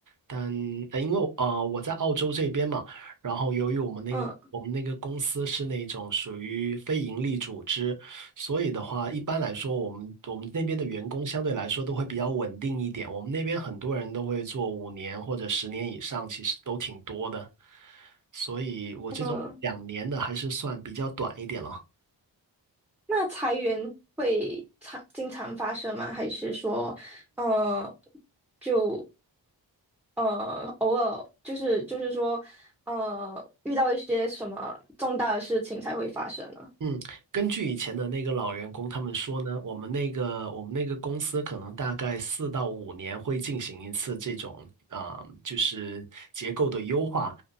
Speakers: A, on the right (about 40°); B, in the centre.
A: 但呃因为我呃我在澳洲这边嘛，然后由于我们那个我们那个公司是那种属于非盈利组织，
B: 嗯。
A: 所以的话，一般来说，我们我们那边的员工相对来说都会比较稳定一点。我们那边很多人都会做五年或者十年以上，其实都挺多的。所以我这种两年的还是算比较短一点了。
B: 嗯，那裁员会常经常发生吗？还是说，呃，就呃偶尔就是就是说，呃，遇到一些什么重大的事情才会发生呢？
A: 嗯，根据以前的那个老员工他们说呢，我们那个我们那个公司可能大概四到五年会进行一次这种啊、呃就是结构的优化。